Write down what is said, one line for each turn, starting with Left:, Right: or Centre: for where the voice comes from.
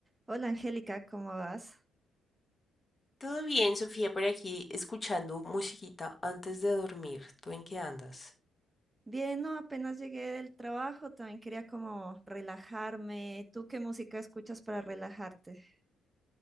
Right: Hola Angélica, ¿cómo vas?
Left: Todo bien, Sofía, por aquí escuchando musiquita antes de dormir. ¿Tú en qué andas?
Right: Bien, no, apenas llegué del trabajo, también quería como relajarme. ¿Tú qué música escuchas para relajarte?